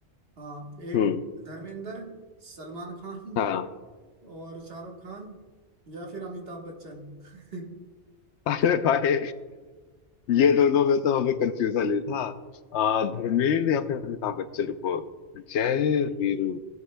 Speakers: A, on the right; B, on the left.
A: हाँ एक
B: हम्म
A: धर्मेंद्र सलमान खान
B: हाँ
A: और शाहरुख खान या फिर अमिताभ बच्चन <laughs>
B: <laughs> अरे भाई ये दोनों में तो हमें कंफ्यूजन ही था आ, धर्मेंद्र या फिर अमिताभ बच्चन को जय वीरू